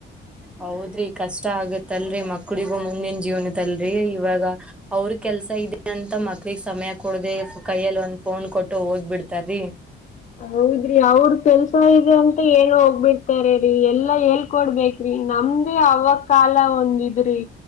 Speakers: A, in the centre; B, on the left.
A: ಹೌದ್ರಿ ಕಷ್ಟ ಆಗತ್ತಲ್ರರಿ ಮಕ್ಳಿಗೂ ಮುಂದಿನ ಜೀವನದಲ್ರರಿ ಇವಾಗದ ಕೆಲ್ಸ ಇದೆ ಅಂತ ಮಕ್ಳಗ್ ಸಮಯ ಕೊಡದೆ ಕೈಯಲ್ಲಿ ಒಂದ್ ಫೋನ್ ಕೊಟ್ಟು ಹೋಗ್ ಬಿಡ್ತಾರಿ
B: ಹೌದ್ರಿ ಅವ್ರ ಕೆಲ್ಸ ಇದೆ ಅಂತ ಹೇಳ ಹೋಗ್ಬಿಡ್ತಾರ ರರಿ ಎಲ್ಲಾ ಎಲ್ ಕೊಡ್ಬೇಕ್ರಿ ನಮ್ದೇ ಅವ ಕಾಲ ಒಂದಿದ್ರಿ